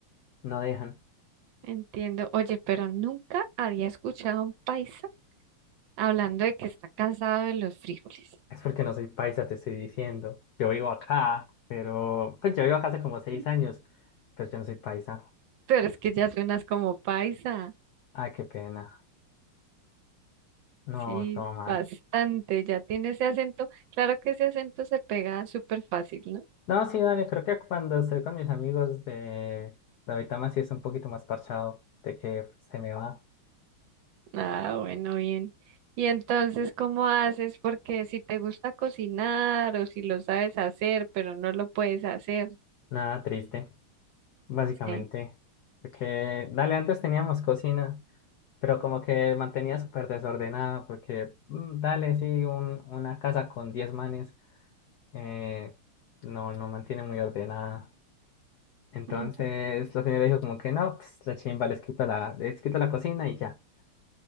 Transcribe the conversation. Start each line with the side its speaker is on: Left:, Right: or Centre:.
Left: no dejan.
Right: entiendo. Oye, pero nunca había escuchado a un paisa hablando de que está cansado de los frijoles.
Left: Es porque no soy paisa, te estoy diciendo. Yo vivo acá, pero pues yo vivo acá hace como seis
Right: <laughs>
Left: años, pero yo no soy paisa.
Right: Pero es que ya suenas como paisa.
Left: Ah, qué pena. No,
Right: Sí,
Left: todo mal.
Right: bastante. Ya tiene ese acento. Claro que ese acento se pega súper fácil, ¿no?
Left: No, sí, dale, creo que cuando estoy con mis amigos de, de ahorita más sí es un poquito más parchado de que se me va.
Right: Ah, bueno, bien. Y entonces, ¿cómo haces? Porque si te gusta cocinar o si lo sabes hacer, pero no lo puedes hacer,
Left: Nada triste, básicamente.
Right: sí.
Left: Porque, dale, antes teníamos cocina, pero como que mantenía súper desordenada, porque, mm, dale, sí, un- una casa con 10 manes eh, no, no mantiene muy ordenada. Entonces
Right: Ujú.
Left: la señora dijo como que no, pues la chimba, les quito la, les quito la cocina y ya.